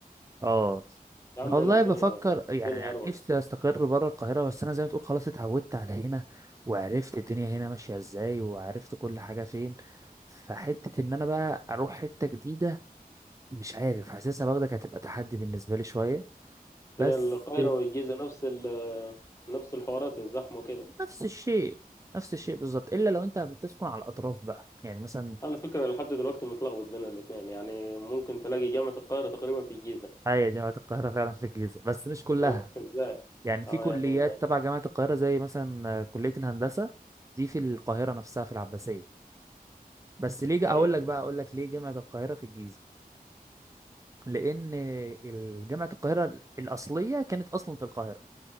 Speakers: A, on the right; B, on the left.
A: اه
B: يا عم
A: انا والله
B: هنا الدنيا
A: بفكر يعني,
B: الدنيا
A: يعني
B: اروق
A: نفسي استقر بره القاهرة بس انا زي ما تقول خلاص اتعودت على هنا وعرفت الدنيا هنا ماشية ازاي وعرفت كل حاجة فين فحتة ان انا بقى اروح حتة جديدة مش عارف حاسسها باخدك هتبقى تحدي بالنسبة لي شوية
B: هي
A: بس
B: القاهرة والجيزة نفس ال نفس الحوارات الزحمة وكده
A: نفس الشيء نفس الشيء بالظبط الا لو انت بتسكن على الاطراف بقى يعني مثلا
B: على فكرة لحد دلوقتي متلخبط بين الاتنين يعني ممكن تلاقي جامعة القاهرة تقريبا في الجيزة
A: هي جامعه القاهره فعلا في الجيزه بس مش كلها
B: أه، <laughs> ازاي
A: يعني في
B: اه
A: كليات
B: يعني
A: تبع جامعه القاهره زي مثلا كليه الهندسه دي في القاهره نفسها في العباسيه بس ليه جا-
B: ايوه
A: هقول لك بقى اقول لك ليه جامعه القاهره في الجيزه لان ال- جامعه القاهره الاصليه كانت اصلا في القاهره